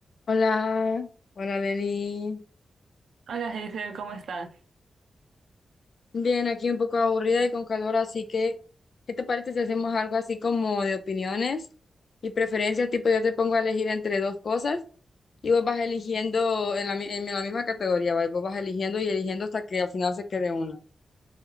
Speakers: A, on the left; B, on the right.
A: Hola, hola Lenny.
B: Hola, Hazel, ¿cómo estás?
A: Bien, aquí un poco aburrida y con calor, así que, ¿qué te parece si hacemos algo así como de opiniones y preferencias? Tipo, yo te pongo a elegir entre dos cosas y vos vas eligiendo en la, mi- en la misma categoría, ¿va? Y vos vas eligiendo y eligiendo hasta que al final se quede uno.